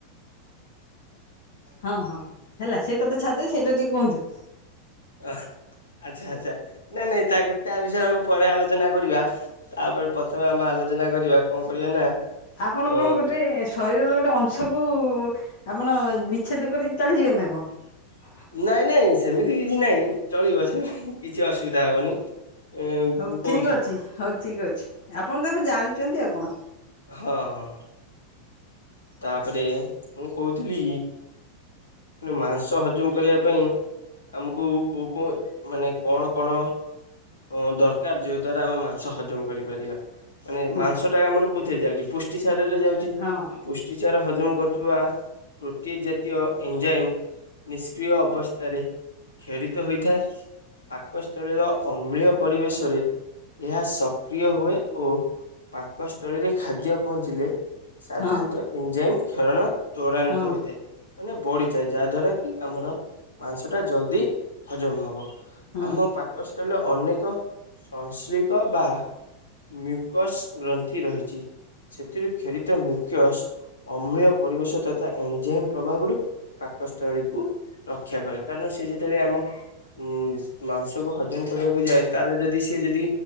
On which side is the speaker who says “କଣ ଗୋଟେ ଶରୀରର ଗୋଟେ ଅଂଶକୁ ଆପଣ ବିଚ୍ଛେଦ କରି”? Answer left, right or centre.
Left